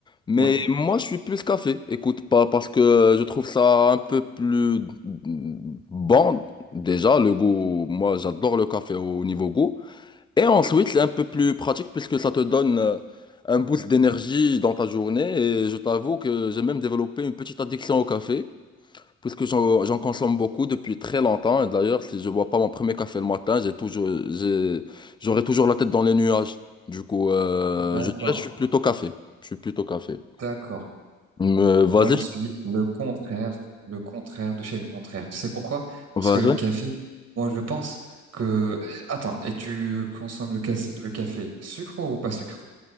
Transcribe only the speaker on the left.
Mais
moi je suis plus café, écoute, pas parce que je trouve ça un peu plus mm, bon. Déjà, le goût, moi j'adore le café au niveau goût. Et ensuite, c'est un peu plus pratique puisque ça te donne euh, un boost d'énergie dans ta journée. Et je t'avoue que j'ai même développé une petite addiction au café, puisque j'en j'en consomme beaucoup depuis très longtemps. Et d'ailleurs, si je bois pas mon premier café le matin, j'ai toujours, j'ai- j'aurai toujours la tête dans les nuages. Du coup, euh,
je dirais que je suis plutôt café. Je suis plutôt café.
Mais vas-y,
vas-y.